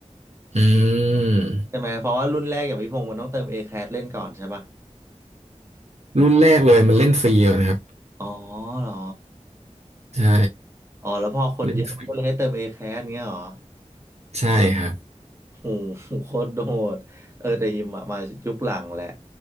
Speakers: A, on the right; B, on the right.
A: อืม
B: ใช่ไหมเพราะว่ารุ่นแรกอย่างพี่พงศ์มันต้องเติม a แค t เล่นก่อนใช่ป่ะ
A: รุ่นแรกเลยมันเล่นฟรีนะครับ
B: อ๋อเหรอ
A: ใช่
B: อ๋อแล้วพอคนเยอะมันก็เลยให้เติม
A: เล่นฟรี
B: A-CAT เงี้ยเหรอ
A: ใช่ครับ
B: โหโคตรโดดเออแต่ฮิมอะมายุคหลังแหละ